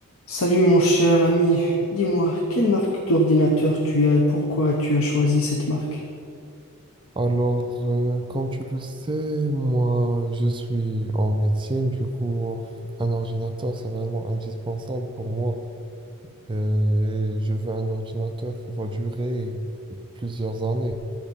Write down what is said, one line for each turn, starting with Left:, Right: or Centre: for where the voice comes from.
Left: Salut mon cher ami, dis-moi, quelle marque d'ordinateur tu as et pourquoi tu as choisi cette marque?
Right: Alors, euh, comme tu le sais, moi, je suis en médecine, du coup, un ordinateur, c'est vraiment indispensable pour moi. Euh, Et je veux un ordinateur qui va durer plusieurs années.